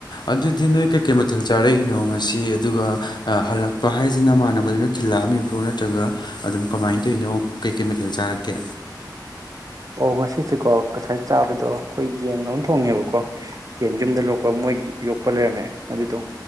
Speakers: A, on the left; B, on the right.
A: ꯑꯗꯨꯗꯤ ꯅꯣꯏ ꯀꯩꯀꯩ ꯃꯊꯦꯜ ꯆꯥꯔꯛꯏꯅꯣ ꯉꯁꯤ ꯑꯗꯨꯒ ꯍꯜꯂꯛꯄ ꯍꯥꯏꯖꯤ ꯅꯃꯥꯟꯅꯕꯗꯨꯅ ꯊꯤꯜꯂꯛꯑꯝꯃꯤꯕ꯭ꯔꯣ ꯅꯠꯇ꯭ꯔꯒ ꯑꯗꯨꯝ ꯀꯃꯥꯏꯟ ꯇꯧꯏꯅꯣ ꯀꯩꯀꯩ ꯃꯊꯦꯜ ꯆꯥꯔꯛꯀꯦ
B: ꯑꯣ ꯉꯁꯤꯁꯦꯀꯣ ꯉꯁꯥꯏ ꯆꯥꯕꯗꯣ ꯑꯈꯣꯏ ꯌꯦꯟ ꯑꯃ ꯊꯣꯡꯉꯦꯕꯀꯣ ꯌꯦꯟ ꯌꯨꯝꯗ ꯂꯣꯛꯄ ꯃꯣꯏꯒꯤ ꯌꯣꯛꯄ ꯂꯩꯔꯝꯃꯦ ꯑꯗꯨꯗꯣ